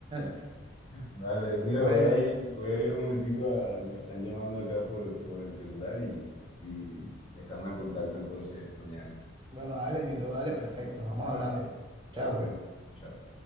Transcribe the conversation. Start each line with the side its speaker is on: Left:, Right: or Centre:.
Right: <laughs>
Left: Vale, mira,
Right: Bueno,
Left: voy a ir, voy a ir un momentico a... Me están llamando acá por, por el celular y, y estamos en contacto entonces mañana.
Right: bueno, dale, mi bro, dale,
Left: Vale,
Right: perfecto. Vamos hablando.
Left: Dale, dale,
Right: Chao,
Left: un
Right: pues.
Left: gusto. Chao.